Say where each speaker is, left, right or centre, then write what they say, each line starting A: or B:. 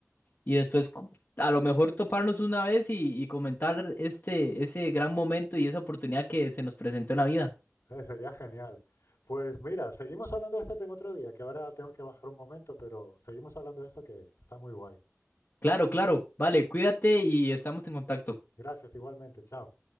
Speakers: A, on the left; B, on the left.
A: después co- a lo mejor toparnos una vez y, y comentar este, ese gran momento y esa oportunidad que se nos presentó en la vida.
B: Eh, sería genial. Pues mira, seguimos hablando de este tema otro día, que ahora tengo que bajar un momento, pero seguimos hablando de esto que está muy guay.
A: Claro, claro. Vale, cuídate y estamos en contacto.
B: Gracias, igualmente. Chao.